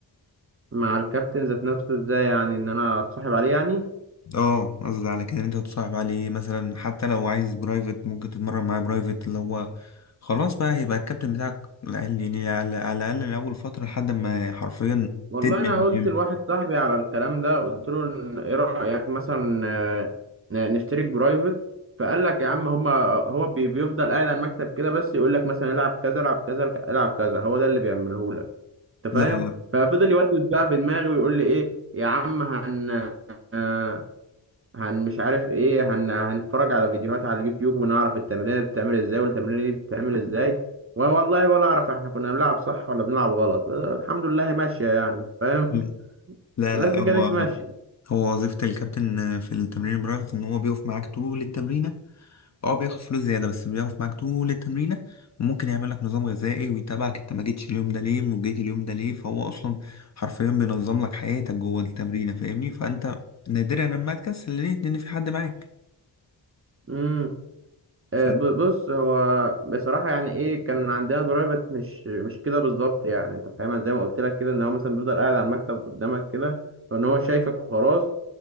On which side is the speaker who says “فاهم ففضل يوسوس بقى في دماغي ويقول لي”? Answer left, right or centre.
Right